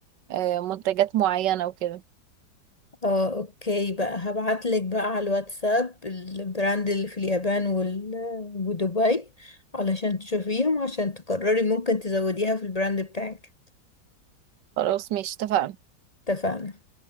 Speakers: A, on the right; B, on the left.
A: آه، منتجات معينة وكده
B: اه اوكي بقى هبعتلك بقى على الواتساب البراند اللي في اليابان وال... ودبي علشان تشوفيهم عشان تقرري ممكن تزوديها في البراند بتاعك
A: خلاص ماشي اتفقنا
B: اتفقنا